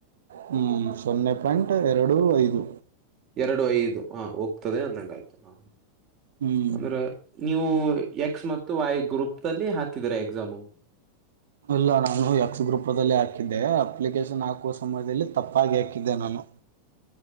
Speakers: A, on the right (about 75°); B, on the right (about 40°).
A: ಹ್ಮ್ ಸೊನ್ನೆ ಪಾಯಿಂಟ್ ಎರಡು ಐದು
B: ಎರಡು ಐದು ಹಾ ಹೋಗ್ತದೆ ಅಂದಂಗ ಆಯ್ತು ಹ
A: ಹ್ಮ್
B: ಅಂದ್ರೆ ನೀವು ಎಕ್ಸ್ ಮತ್ತು ವೈ ಗ್ರೂಪ್ ಅಲ್ಲಿ ಹಾಕಿದರಾ ಎಕ್ಸಾಮು
A: ಅಲ್ಲ ನಾನು ಎಕ್ಸ್ ಗ್ರೂಪದಲ್ಲಿ ಹಾಕಿದ್ದೆ ಅಪ್ಲಿಕೇಶನ್ ಹಾಕುವ ಸಮಯದಲ್ಲಿ ತಪ್ಪಾಗಿ ಹಾಕಿದ್ದೆ ನಾನು